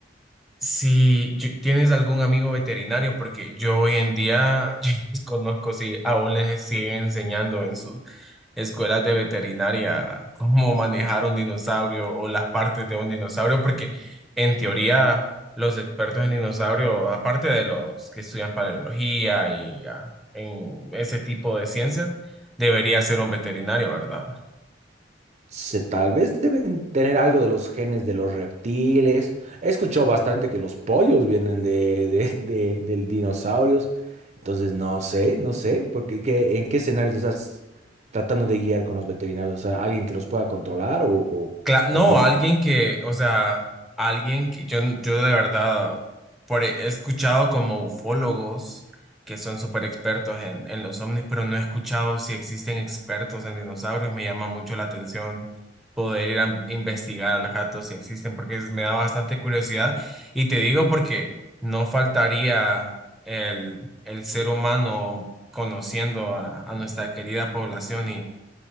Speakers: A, in the centre; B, on the right (about 40°).
A: si yo- tienes algún amigo veterinario, porque yo hoy en día <laughs> yo desconozco si aún les siguen enseñando en sus escuelas de veterinaria, cómo manejar un dinosaurio o las partes de un dinosaurio, porque en teoría los expertos en dinosaurio, aparte de los que estudian paleología y ah, en ese tipo de ciencias, debería ser un veterinario, ¿verdad?
B: Se, tal vez deben tener algo de los genes de los reptiles. He escuchado bastante que los pollos vienen de, de, de, de dinosaurios. Entonces, no sé, no sé, porque ¿qué- en qué escenarios estás tratando de guiar con los veterinarios? O sea, alguien que los pueda controlar o, o,
A: Cla- no,
B: o cuidar.
A: alguien que, o sea, alguien que yo, yo de verdad por, e, he escuchado como ufólogos que son súper expertos en, en los ovnis, pero no he escuchado si existen expertos en dinosaurios. Me llama mucho la atención poder ir a investigar al rato si existen, porque es- me da bastante curiosidad. Y te digo porque no faltaría el, el ser humano conociendo a, a nuestra querida población